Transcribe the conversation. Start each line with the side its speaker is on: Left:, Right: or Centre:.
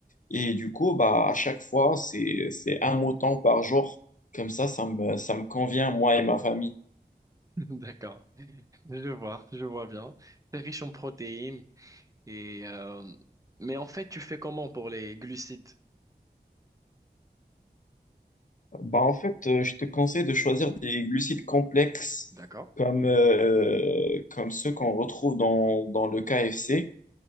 Left: Et du coup, bah, à chaque fois, c'est, c'est un mouton par jour. Comme ça, ça me, ça me convient, moi et ma famille.
Right: <laughs> D'accord. Je vois, je vois bien. C'est riche en protéines. Et, euh, Mais en fait, tu fais comment pour les glucides?
Left: Bah, en fait, euh, je te conseille de choisir des glucides complexes
Right: D'accord.
Left: comme, euh, comme ceux qu'on retrouve dans, dans le KFC.